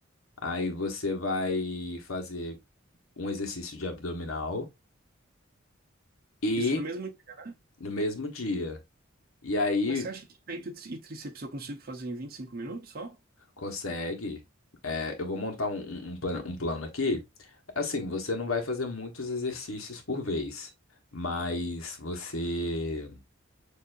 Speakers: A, on the left; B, on the right.
A: Aí você vai fazer um exercício de abdominal e
B: Isso no mesmo dia.
A: no mesmo dia. E aí
B: Mas você acha que peito e tri- e tríceps eu consigo fazer em 25 minutos só?
A: Consegue. É, eu vou montar um, um, um plano, um plano aqui. Assim, você não vai fazer muitos exercícios por vez, mas você